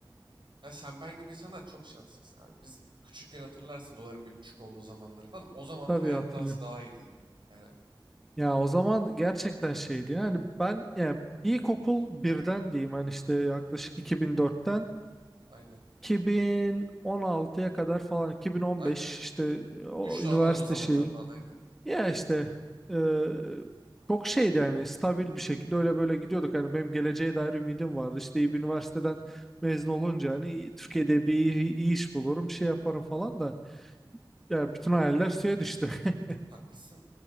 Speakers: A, on the right; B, in the centre.
A: Ya sen ben gibi insanlar çok şanssız. abi. biz küçükken hatırlarsın doların bir buçuk olduğu zamanları falan. O zamanlar
B: Tabii
A: hayat
B: hatırlıyorum.
A: dansı daha iyiydi. Yani
B: Ya o zaman gerçekten şeydi yani ben yani ilkokul birden diyeyim hani işte yaklaşık 2004'ten
A: aynen.
B: 2016'ya kadar falan 2015
A: Aynen aynen.
B: işte e, o
A: 3
B: üniversite
A: dolar olduğu zamanlar
B: şeyi
A: falan aynen.
B: ya işte e, çok şeydi yani stabil bir şekilde öyle böyle gidiyorduk hani benim geleceğe dair ümidim vardı işte iyi bir üniversiteden mezun olunca hani Türkiye'de bir iyi, iyi iş bulurum şey yaparım falan da ya bütün hayaller suya düştü. <laughs>
A: Haklısın.